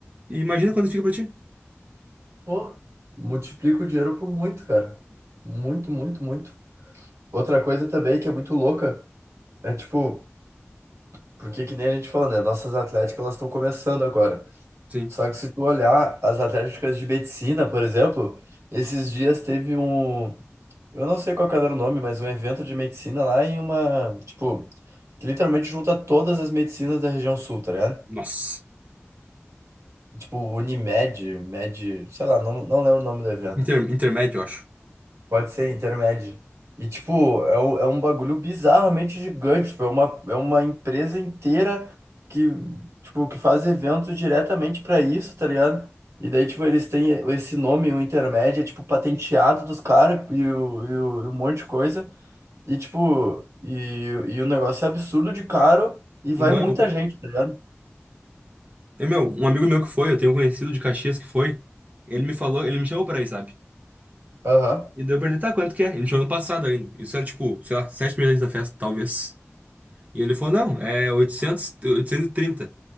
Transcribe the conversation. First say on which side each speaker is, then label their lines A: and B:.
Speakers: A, on the right (about 35°); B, on the right (about 85°).
A: E imagina quando fica pra ti.
B: Pô, multiplica o dinheiro por muito, cara. Muito, muito, muito. Outra coisa também que é muito louca é tipo, Porque que nem a gente falou, né? Nossas atléticas elas estão começando agora.
A: Sim.
B: Só que se tu olhar as atléticas de medicina, por exemplo, esses dias teve um, eu não sei qual que era o nome, mas um evento de medicina lá em uma, tipo, que literalmente junta todas as medicinas da região sul, tá ligado?
A: Nossa.
B: Tipo, Unimed, Med, sei lá, não, não lembro o nome do evento.
A: Inter, intermédio, eu acho.
B: Pode ser intermédio. E, tipo, é, um- é um bagulho bizarramente gigante. Tipo, é uma, é uma empresa inteira que, tipo, que faz eventos diretamente pra isso, tá ligado? E daí, tipo, eles têm esse nome, o intermédio, é, tipo, patenteado dos caras e, o- e o- e um monte de coisa. E, tipo, e, e o negócio é absurdo de caro e vai
A: E não
B: muita
A: é open.
B: gente, tá ligado?
A: E, meu, um amigo meu que foi, eu tenho um conhecido de Caxias que foi, ele me falou, ele me chamou pra ir, sabe?
B: Aham.
A: E daí eu perguntei, tá, quanto que é? Ele me chamou ano passado ainda. Isso era tipo, sei lá, sete meses antes da festa, talvez. E ele falou, não, é oitocentos oitocentos e trinta